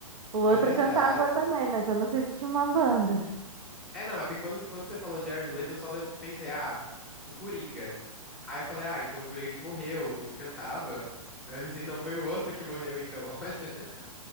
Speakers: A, on the right; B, in the centre.
A: O
B: é
A: outro
B: verdade.
A: cantava também, mas eu não sei se tinha uma banda.
B: É, não, é porque quando, quando você falou Jared Leto, eu só le- pensei, ah, o Coringa. Aí eu falei, ah, então o Coringa que morreu, ele cantava. Aí eu pensei, não, foi o outro que morreu, então, <laughs> olha.